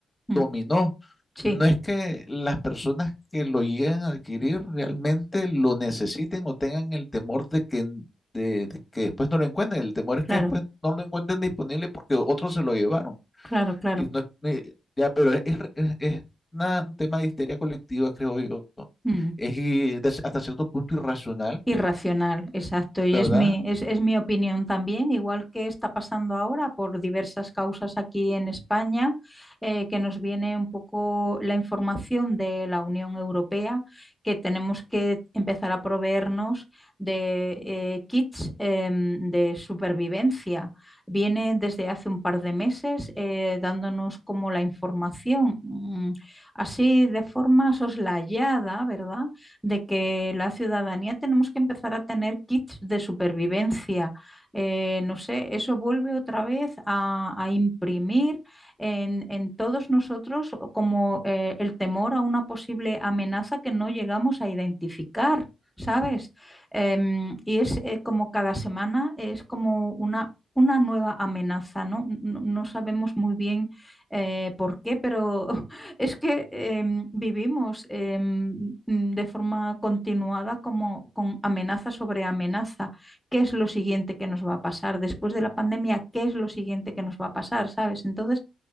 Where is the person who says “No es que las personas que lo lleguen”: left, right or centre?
Left